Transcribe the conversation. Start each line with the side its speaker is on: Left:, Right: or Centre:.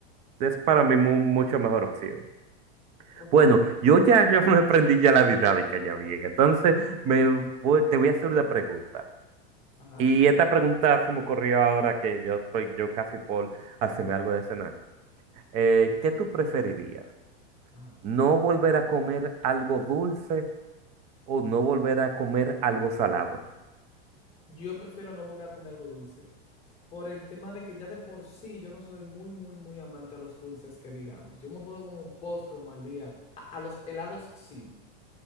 Right: es para mí mu- mucho mejor opción.
Left: Ok.
Right: Bueno, yo ya yo me aprendí ya la dinámica ya bien. Entonces, me voy- te voy a hacer una pregunta.
Left: Ajá.
Right: Y esta pregunta se me ocurrió ahora que yo estoy yo casi por hacerme algo de cenar. Eh,
Left: Bien.
Right: ¿qué tú preferirías?
Left: Ajá.
Right: ¿No volver a comer algo dulce o no volver a comer algo salado?
Left: Yo prefiero no volver a comer algo dulce. Por el tema de que ya de por sí yo no soy muy, muy, muy amante a los dulces que digamos. Yo me puedo como un postre, un mal día. A, a los helados sí.